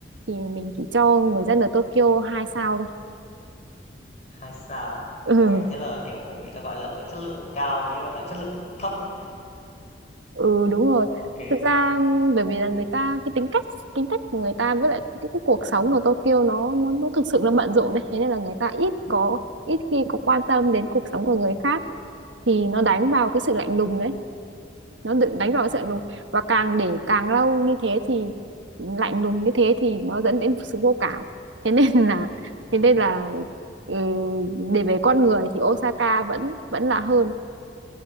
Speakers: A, on the right; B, on the left.
A: thì mình chỉ cho
B: Ừ,
A: người dân ở Tokyo 2 sao thôi
B: hai sao.
A: ừ
B: Ui, thế là kiểu người ta gọi là ở chất lượng cao với gọi là chất lượng thấp ấy.
A: ừ đúng rồi
B: Ok,
A: thực ra ừm, bởi vì
B: bốn.
A: là người ta cái tính cách tính cách của người ta với lại cái, cái cuộc sống ở Tokyo nó nó nó thực sự nó bận rộn đấy thế nên là người ta ít có ít khi có quan tâm đến cuộc sống của người khác thì nó đánh vào cái sự
B: Ừ,
A: lạnh lùng đấy nó tự đánh vào cái
B: ừ,
A: sự lạnh lùng và càng để càng lâu như thế thì lạnh lùng như thế thì nó dẫn đến sự vô cảm thế nên <laughs> là
B: ừ.
A: thế nên là ừ, để về con người thì Osaka vẫn vẫn là hơn